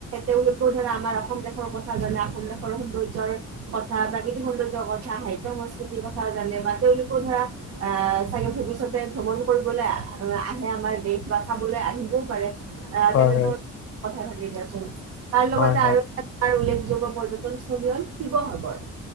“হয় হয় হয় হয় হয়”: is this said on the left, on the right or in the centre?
Left